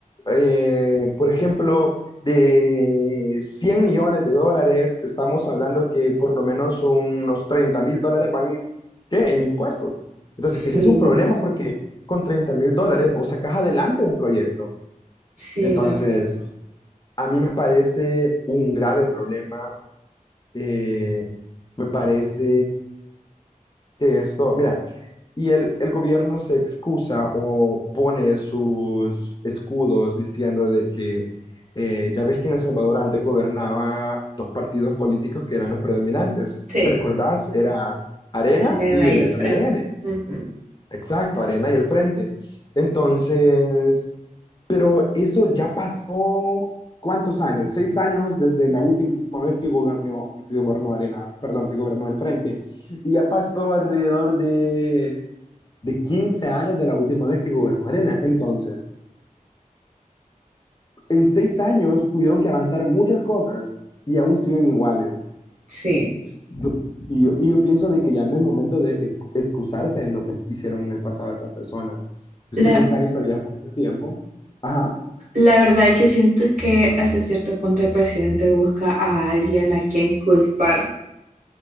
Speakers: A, on the left; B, on the right.
A: eh, por ejemplo, de 100 millones de dólares, estamos hablando que por lo menos unos treinta mil dólares van a ir ¿qué? en impuestos. Entonces,
B: sí,
A: ese es un problema porque con treinta mil dólares vos sacás adelante un proyecto.
B: sí,
A: Entonces,
B: la verdad.
A: a mí me parece un grave problema. eh, me parece que esto, mira, y el, el gobierno se excusa o pone sus escudos diciendo de que eh, ya ves que en El Salvador antes gobernaba dos partidos políticos que eran los predominantes.
B: Sí,
A: ¿Te recordás? Era Arena
B: eran
A: y
B: ahí
A: el
B: al
A: FMLN.
B: frente. Ujú,
A: Exacto, Arena y el Frente. Entonces... Pero eso ya pasó, ¿cuántos años? Seis años desde la última vez que gobernó, que gobernó Arena, perdón, que gobernó el Frente. Y ya pasó alrededor de, de 15 años de la última vez que gobernó Arena. Entonces, en seis años tuvieron que avanzar muchas cosas y aún siguen iguales.
B: sí.
A: Yo, y, yo, y yo pienso de que ya no es momento de ex- excusarse en lo que hicieron en el pasado esas personas. Yo
B: La,
A: sé que seis años todavía es poquito tiempo. Ajá.
B: la verdad, yo siento que hasta cierto punto el presidente busca a alguien a quien culpar